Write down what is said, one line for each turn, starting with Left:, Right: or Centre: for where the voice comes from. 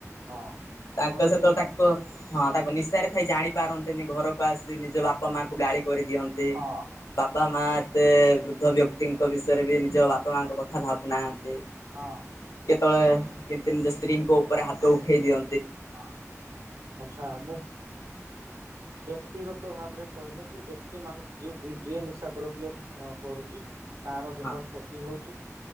Right: ହଁ
Left: ତାଙ୍କ
Right: ପୁଣି
Left: ସହିତ ତାଙ୍କ ହଁ ତାପରେ ନିଶାରେ ଥାଇ ଜାଣି ପାରନ୍ତିନି ଘରକୁ ଆସି ନିଜ ବାପ ମା ଗାଳି କରିଦିଅନ୍ତି
Right: ହଁ
Left: ବାବା ମାଆ ଏତେ
Right: ହଁ
Left: ବୃଦ୍ଧ ବ୍ୟକ୍ତି ଙ୍କ ବିଷୟରେ ବି ନିଜ ବାପା ମାଆ ଙ୍କ କଥା ଭାବୁନାହାନ୍ତି।
Right: ହଁ
Left: କେତୋବେଳେ କେନ୍ତି ନିଜ ସ୍ତ୍ରୀଙ୍କ ଉପରେ ହାତ ଉଠେଇ ଦିଅ
Right: ହଁ। ବ୍ୟକ୍ତିଗତ ଭାବରେ କହିଲେ କି ବ୍ୟକ୍ତି ମାନଙ୍କୁ ଯିଏ ଯିଏ ଯିଏ ନିଶା ଦ୍ରବ୍ୟ ଅଁ କରୁଚି। ତାର ଦେହ
Left: ହଁ
Right: କ୍ଷତି ହୋଉଛି